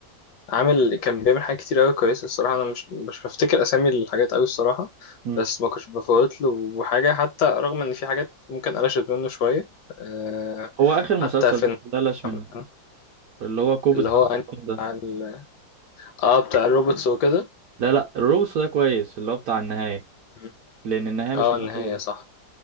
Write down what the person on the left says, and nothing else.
عامل كان بيعمل حاجات كتير قوي كويسة الصراحة أنا مش مش بفتكر أسامي الحاجات قوي الصراحة
بس ما كنتش بفوت له حاجة حتى رغم إن في حاجات ممكن قلشت منه شوية آه
حتى في
مثلا
اللي
هو أنهي
بتاع ال- اه بتاع الروبوتس وكده
مم.
اه
النهاية صح